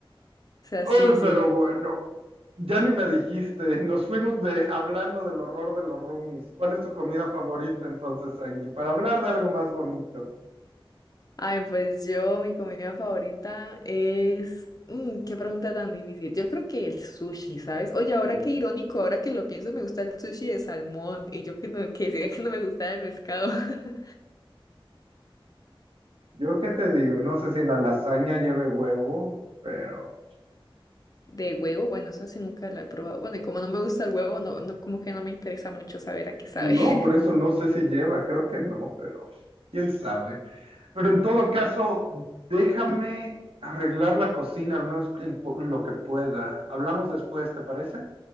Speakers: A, on the left; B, on the right.
A: o sea,
B: Uy,
A: sí, sí.
B: pero bueno, ya ni me dijiste, nos fuimos de hablando del horror de los roomies. ¿Cuál es tu comida favorita entonces, Angie? Para hablar de algo más bonito.
A: Ay, pues yo, mi comida favorita es... mm, qué pregunta tan difícil. Yo creo que el sushi, ¿sabes? Oye, ahora
B: Mm,
A: qué irónico, ahora que lo pienso, me gusta el sushi de salmón y yo que, no, que decía que no me gustaba el pescado. <laughs>
B: Yo qué te digo, no sé si la lasaña lleve huevo, pero
A: De huevo, bueno, eso sí nunca la he probado. Bueno, y como no me gusta el huevo, no, no, como que no me interesa mucho saber a qué sabe.
B: no,
A: <laughs>
B: por eso no sé si lleva, creo que no, pero quién sabe. Pero en todo caso, déjame arreglar la cocina, al menos en cu- lo que pueda. Hablamos después, ¿te parece?